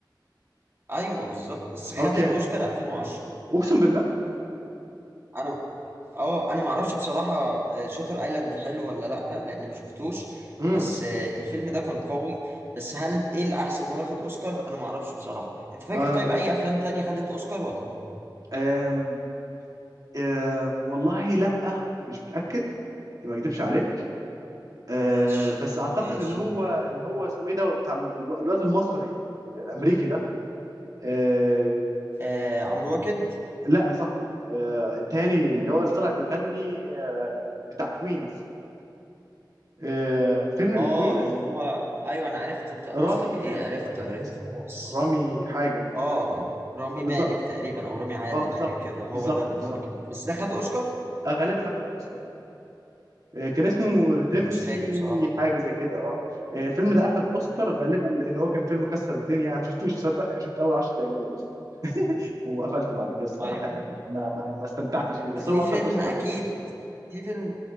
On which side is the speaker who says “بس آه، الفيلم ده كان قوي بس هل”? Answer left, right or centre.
Right